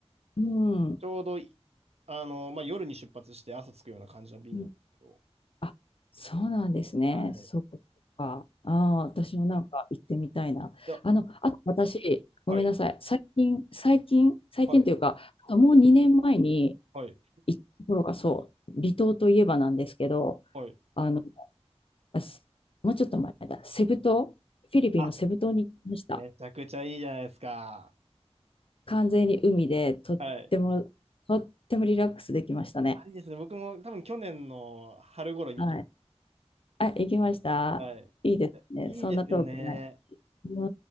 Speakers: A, on the left; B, on the right.
A: ん。
B: ちょうどい、あのーまあ、夜に出発して朝着くような感じの便なんですけど。
A: うんあ、そうなんですね。
B: はい。
A: そっ
B: い
A: か。ああ、私もなんか行ってみたいな。
B: や、
A: あの、あと私、ごめんなさい。
B: はい、
A: 最近、最近、最近というか、
B: はい、
A: もう2年前に
B: はい、
A: 行ったところがそう、離島といえばなんですけど、
B: はい。
A: あの、すもうちょっと前だ、セブ島、フィリピンのセブ島に行きました。
B: あ、めちゃくちゃいいじゃないですか。
A: 完全に海でとってもとってもリラックスできましたね。
B: はい。あれですね。僕も多分去年の春頃に行きまし
A: はい。あ、行きましたいいですね。
B: た。はい。いやいいですよね。
A: そんな遠くない。う